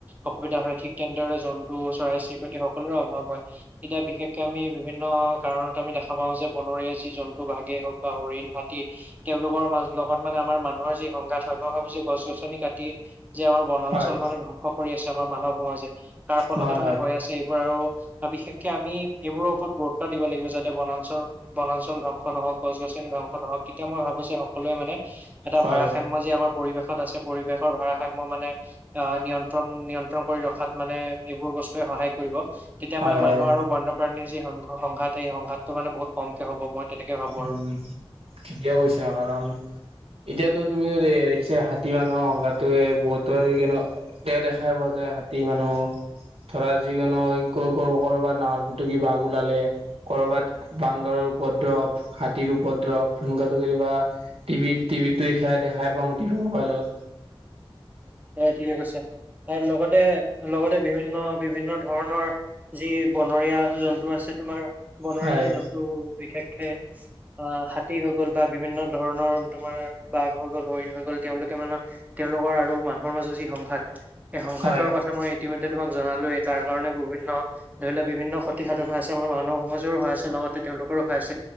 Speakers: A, on the right; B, on the right.
A: অসুবিধা হয়, ঠিক তেনেদৰে জন্তু চৰাই চিৰিকতি সকলোৰে অভাৱ হয়। এতিয়া বিশেষকে আমি বিভিন্ন কাৰণত আমি দেখা পাওঁ যে, বনৰীয়া যি জন্তু বাঘেই হওঁক বা হৰিণ, হাতী তেওঁলোকৰ মা লগত মানে আমাৰ মানুহৰ যি সংঘাত হয়, মই ভাবো জে গছ গছনি কাটি যি আমাৰ বনাঞ্চল
B: হয়
A: মানে ধ্বংস কৰি আছে আমাৰ মানৱ সমাজে, তাৰ ফলতে
B: হয়
A: মানে হৈ আছে এইবোৰ আৰু বিশেষকে আমি এইবোৰৰ ওপৰত গুৰুত্ব দিব লাগিব, যাতে বনাঞ্চল বনাঞ্চল ধ্বংস নহওঁক, গছ গছনি ধ্বংস নহওঁক। এতিয়া মই ভাবোঁ যে সকলোৱে মানে এটা
B: হয়
A: ভাৰসাম্য
B: হয়
A: যি আমাৰ পৰিৱেশত আছে, পৰিৱেশৰ ভাৰসাম্য মানে আহ', নিয়ন্ত্ৰণ নিয়ন্ত্ৰণ কৰি ৰখাত মানে যিবোৰ বস্তুৱে সহায় কৰিব। তেতিয়া
B: হয়
A: মানে মানুহ
B: হয়
A: আৰু বন্যপ্ৰাণীৰ যি সং সংঘাত সেই সংঘাতটো মানে বহুত কমকে হ'ব, মই তেনেকে ভাবো
B: উম',
A: আৰু
B: ঠিকে কৈছা কাৰণ এতিয়াতো তুমি যদি হাতী মানুহৰ সংঘাতটোয়ে বহুত এতিয়া দেখাব যে হাতী, মানুহ ধৰা যিকোনো ক ক কৰ'বাত নাহৰ ফুটুকি বাঘ ওলালে। কৰবাত বান্দৰৰ উপদ্ৰৱ, হাতীৰ উপদ্ৰৱ, সেনেকুৱাটো কেতিয়াবা টিভিত টিভিতটো এইখিনি দেখাই পাওঁ মই টিভি মোবাইলত।
A: হয় ঠিকে কৈছা আৰু লগতে লগতে বিভিন্ন বিভিন্ন ধৰণৰ যি বনৰীয়া জন্তু আছে তোমাৰ বনৰীয়া
B: হয়
A: জন্তু বিশেষকে অ হাতী হৈ গ'ল বা বিভিন্ন ধৰণৰ তোমাৰ বাঘ হৈ গ'ল হৰিণ হৈ গ'ল তেওঁলোকে মানে তেওঁলোকৰ আৰু মানুহৰ মাজত যি সংঘাত সেই সংঘাতৰ
B: হয়
A: কথা মই ইতিমধ্যে তোমাক জনালোঁ তাৰ কাৰণে বিভিন্ন ধৰি লোৱা বিভিন্ন ক্ষতি সাধন হৈ আছে আমাৰ মানৱ সমাজৰো হৈ আছে লগতে তেওঁলোকৰো হৈ আছে